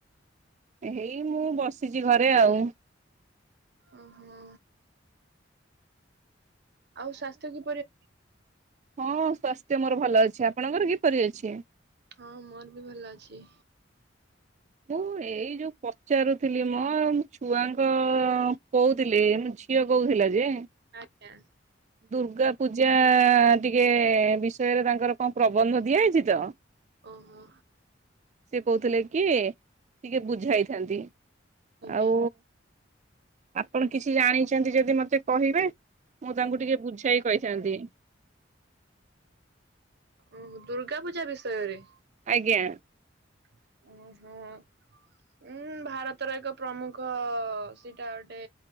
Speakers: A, on the right; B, on the right.
A: ଏ ହେଇ ମୁଁ ବସିଚି ଘରେ ଆଉ।
B: ଓହୋ। ଆଉ ସ୍ୱାସ୍ଥ୍ୟ କିପରି।
A: ହଁ ସ୍ୱାସ୍ଥ୍ୟ ମୋର ଭଲ ଅଛି ଆପଣଙ୍କର କିପରି ଅଛି?
B: ହଁ ମୋର ବି ଭଲ ଅଛି।
A: ମୁଁ ଏଇ ଯୋଉ ପଚାରୁଥିଲି ମ ମୋ ଛୁଆଙ୍କ କହୁଥିଲି ମ ଝିଅ କହୁଥିଲା ଯେ।
B: ଆଜ୍ଞା।
A: ଦୁର୍ଗା ପୂଜା ଟିକେ ବିଷୟରେ ତାଙ୍କର କଣ ପ୍ରବନ୍ଧ ଦିଆ ହେଇଛି ତ।
B: ଓହୋ।
A: ସେ କହୁଥିଲେ କି ଟିକେ ବୁଝାଇଥାନ୍ତି।
B: ଆଜ୍ଞା।
A: ଆଉ ଆପଣ କିଛି ଜାଣିଛନ୍ତି ଯଦି ମତେ କହିବେ। ମୁଁ ତାଙ୍କୁ ଟିକେ ବୁଝାଇ କହିଥାନ୍ତି।
B: ଓହୋ ଦୁର୍ଗା ପୂଜା ବିଷୟରେ?
A: ଆଜ୍ଞା।
B: ଓହୋ। ଉଁ ଭାରତର ଏକ ପ୍ରମୁଖ ସେଟା ଗୋଟେ।